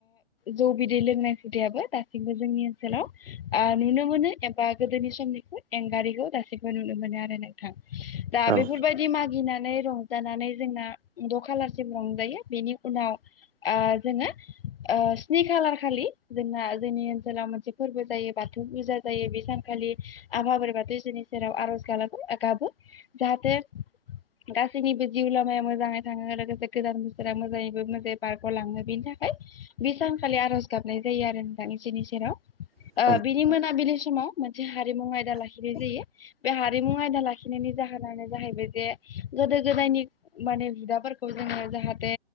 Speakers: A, on the left; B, on the right.
A: जौ बिदै लोंनाय हुदाबो दासिमबो जोंनि ओनसोलाव नुनो मोनो एबा गोदोनि समनिखौ एंगारिखौ दासिबो नुनो मोनो आरो नों थां दा
B: औ
A: बेफोरबायदि मागिनानै रं जानानै जोंना द' खालारसिम रंजायो बेनि उनाव जोङो ओ स्नि खालार खालि जोंना जोंनि ओनसोलाव मोनसे फोरबो जायो बाथौ फुजा जायो बे सानखालि आफा बाथौ बोराइनि सेराव आर'ज खालामो गाबो जाहाथे गासैनिबो जिउ लामाया मोजाङै थाङो लोगोसे गोदान बोसोरा मोजाङैबो मोजां बारग' लाङो बेनि थाखाय बे सानखालि आर'ज गाबनाय जायो आरो नोंथां इसोरनि सेराव।
B: औ नोंथां औ नोंथां
A: ओ बिनि मोनाबिलि समाव मोनसे हारिमु आयदा लाखिनाय जायो बे हारिमु आयदा ला लाखिनायनि जाहोनानो जाहैबाय जे गोदो गोदायनि माने हुदाफोरखौ जोङो जाहाथे